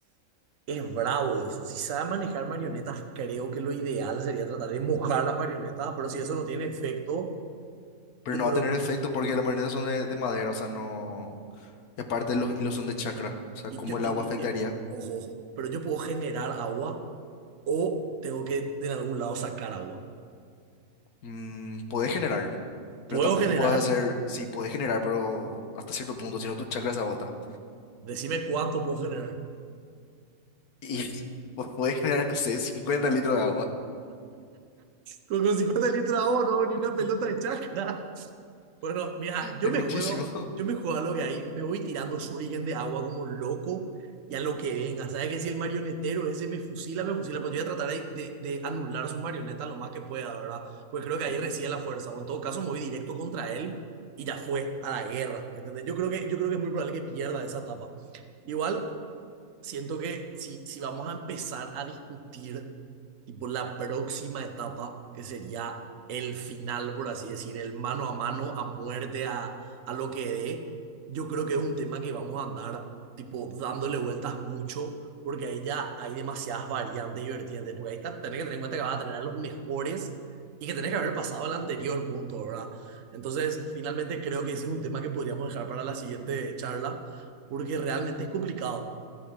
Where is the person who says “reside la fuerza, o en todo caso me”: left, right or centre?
Right